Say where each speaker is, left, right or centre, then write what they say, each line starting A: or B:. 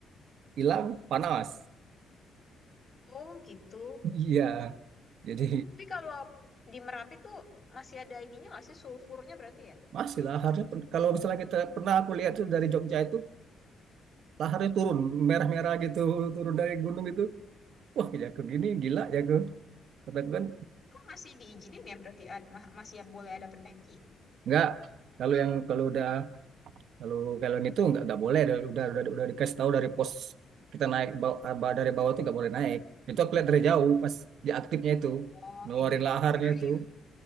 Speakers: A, on the right; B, on the left.
A: hilang panas.
B: Oh gitu.
A: Iya. Jadi
B: Tapi kalau di Merapi tuh masih ada ininya nggak sih sulfurnya berarti ya?
A: Masih laharnya pen- kalau misalnya kita pernah aku lihat tuh dari Jogja itu laharnya turun merah-merah gitu turun dari gunung itu wah gila aku gini gila ya aku kata aku kan
B: Kok masih diizinin ya berarti ad- ma- masih boleh ada pendaki?
A: nggak kalau yang kalau udah kalau kalau yang itu nggak nggak boleh udah udah udah, udah dikasih tahu dari pos kita naik baw- ba- dari bawah itu nggak boleh naik itu aku lihat dari jauh pas dia aktifnya itu
B: Oh
A: ngeluarin
B: iya, iya.
A: laharnya
B: Kirain.
A: itu